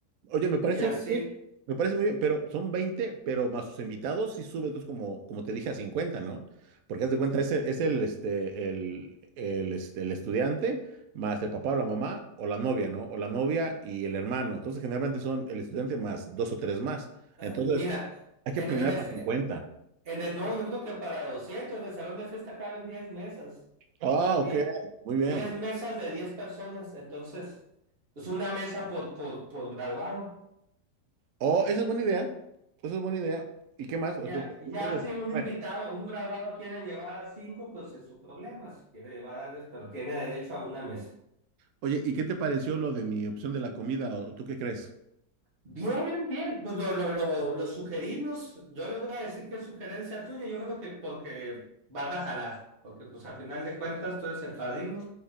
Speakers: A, on the right; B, on the right.
A: Oye, me parece
B: Y así,
A: muy bien, me parece muy bien, pero son 20, pero más sus invitados sí sube entonces como, como te dije a 50, ¿no? Porque haz de cuenta, es el, es el, este, el, el, este, el estudiante más el papá o la mamá o la novia, ¿no? O la novia y el hermano. Entonces generalmente son el estudiante más dos o tres más.
B: ah,
A: Entonces
B: mira,
A: hay que
B: en,
A: planear
B: en este-
A: para 50.
B: En el, no, yo creo que para 200, en el salón de fiesta caben 10 mesas,
A: Ah,
B: 10
A: ok, muy
B: 10
A: bien.
B: mesas de 10 personas, entonces es una mesa por, por, por graduado.
A: Oh, esa es buena idea, esa es buena idea. ¿Y qué más? Entonces,
B: Ya, ya
A: entonces,
B: si un
A: a ver,
B: invitado, un graduado quiere llevar a 5, pues es su problema, si quiere llevar a 10, pero tiene derecho a una mesa.
A: oye, ¿y qué te pareció lo de mi opción de la comida? ¿O tú qué crees?
B: Bien, bien, pues lo, lo, lo, lo sugerimos. Yo les voy a decir que es sugerencia tuya. Yo creo que porque vas a jalar, porque pues al final de cuentas tú eres el padrino